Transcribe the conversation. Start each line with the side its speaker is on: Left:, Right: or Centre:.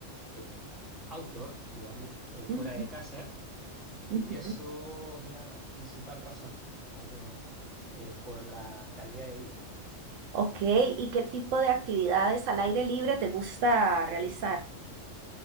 Centre: eh, outdoor, digamos, eh, fuera
Right: Ujú,
Centre: de casa, y
Right: ujú.
Centre: eso es la ra- principal razón, ya, por eh, por la calidad de vida.
Right: Ok, ¿y qué tipo de actividades al aire libre te gusta realizar?